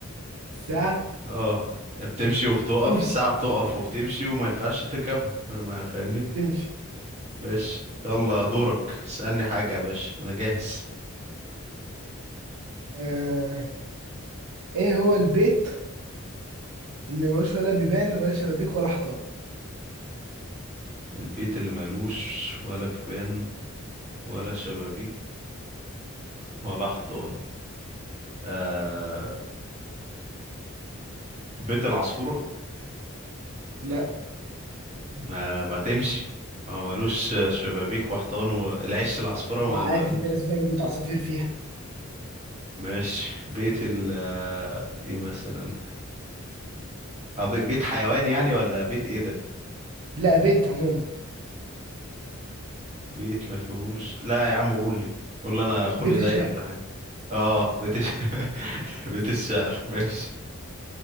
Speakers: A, on the right; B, on the right.
A: ساعة
B: اه هي بتمشي وبتقف
A: تمشي
B: الساعة بتقف وبتمشي وما ينفعش تركبها ما ما فاهمني
A: تمشي
B: باش يلا دورك اسألني حاجة يا باشا أنا جاهز
A: آه، ايه هو البيت اللي ملوش ولا بيبان ولا شبابيك ولا حيطان
B: البيت اللي ملوش ولا بيبان ولا شبابيك ولا حيطان آه بيت العصفورة
A: لا
B: ما, ما تمشي ما ملوش شبابيك وحيطان والعش العصفورة ما
A: لا، عادي
B: ملوش
A: في ناس بتعمل بيوت عصافير فيها
B: ماشي بيت ال آه، ايه مثلا آه، بي- بيت حيوان يعني ولا بيت ايه ده
A: لا بيت عموما
B: بيت ما فيهوش لا يا عم قول لي قول لي انا خلقي
A: بيت
B: ضيق
A: الشارع
B: في الحاجة اه بيت الش... <laughs> بيت الشعر ماشي